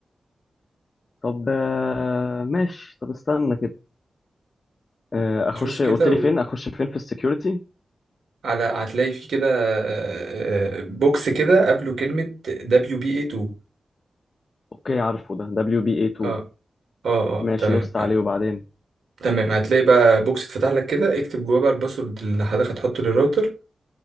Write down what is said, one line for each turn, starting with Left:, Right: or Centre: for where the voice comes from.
Left: طب آه ماشي طب استنى كده آه اخش
Right: تشوف كده
Left: قلت لي
Right: و...
Left: فين اخش فين في السكيورتي
Right: على هتلاقي في كده آه، آه، بوكس كده قبله كلمة دبليو بي اي 2
Left: اوكي عارفه ده دبليو بي اي 2
Right: اه اه اه
Left: ماشي
Right: تمام
Left: دوست
Right: هت-
Left: عليه وبعدين
Right: تمام هتلاقي بقى بوكس اتفتح لك كده اكتب جواه بقى الباسورد اللي حضرتك هتحطه للراوتر